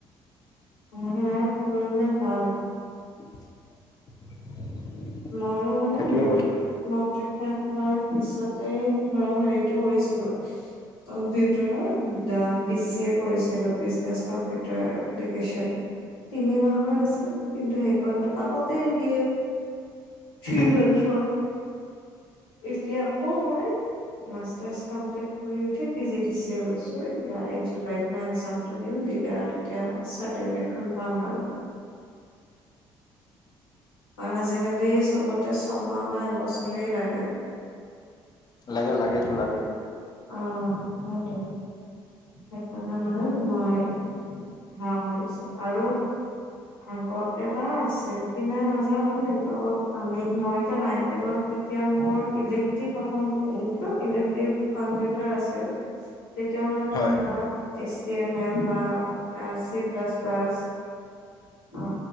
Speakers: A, on the left; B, on the left.
A: ম কৰিলে ভাল।
B: <unintelligible>
A: ময়ো মানে
B: সেইটোৱে
A: মেট্ৰিক
B: কথা
A: মেট্ৰিক শেষ হোৱাৰ। পিছতে ধৰ হেৰিতটো কৰিছিলো। কম্পিউটাৰত বি চি এ। কৰিছিলো বিজনেছ কাম তো কম্পিউটাৰ এপ্লিকেচনৰ তিনিমাহ ৰ আছিলে কিন্ত। কণ কাপাতেই নি দিয়ে থ্ৰী
B: উম,
A: মাউত থৰ। এতিয়া আকৌ মই মাছ। মপ্লিট কৰি উঠি পি জি ডি চিয় লৈছো এতিয়া এই জুলাইত মই এক্জামটো দিম দিলে আৰু। এতিয়া চাৰ্টিফিকেট খ পাম আৰু। কাৰণ আজিকালি চবতে ছমাহ বা এবছৰেই লাগে।
B: লাগে লাগেতো লাগে
A: অ সটো। সেইকাৰণে মানে মই। হাছো আৰু আগতে বা আছিল কি না নহ। জানো কিন্তু আমি মই এতিয়া নাইনটেনত যেতিয়া মোৰ ইলে্টভ অসম। ইলেক্ট্ৰিক কম্পিউটাৰ আছে। তেতিয়া মানে মই
B: হয়
A: ধৰা এইচ ডি এম এল বা চি প্লাছ প্লাছ। অ